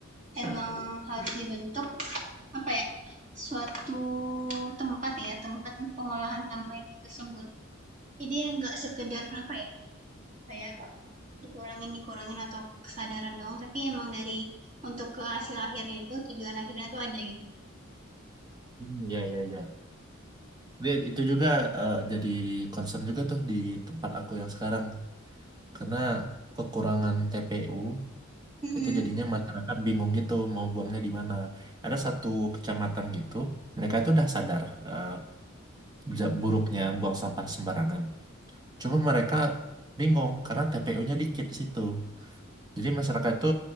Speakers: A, on the right; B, on the right.
A: emang harus dibentuk apa ya suatu tempat ya tempat untuk pengolahan sampah itu tersebut Jadi nggak sekedar apa ya, kayak dikurangin dikurangin atau kesadaran doang, tapi emang dari untuk ke hasil akhirnya itu tujuan akhirnya itu ada gitu.
B: Hmm, ya ya ya Jadi itu juga eh, jadi concern juga tuh di tempat aku yang sekarang karena kekurangan TPU
A: Mhm.
B: Itu jadinya masyarakat bingung gitu mau buangnya di mana. Ada satu kecamatan gitu, mereka itu udah sadar eh, ja- buruknya buang sampah sembarangan. Cuma mereka bingung karena TPU-nya dikit di situ. Jadi masyarakat itu